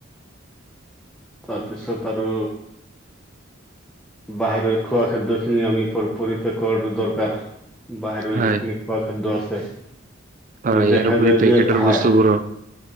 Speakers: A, in the centre; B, on the right.
A: তাৰপিছত আৰু বাহিৰৰ খোৱা খাদ্যখিনি আমি পৰি পৰিত্যাগ কৰাটো দৰকাৰ। বাহিৰৰ
B: হয়,
A: যিখিনি খোৱা খাদ্য আছে।
B: হয়
A: আমি
B: ইয়াৰ
A: দেখা
B: উপৰি
A: যায়
B: পেকেটৰ
A: যে, হয়।
B: বস্তুবোৰৰ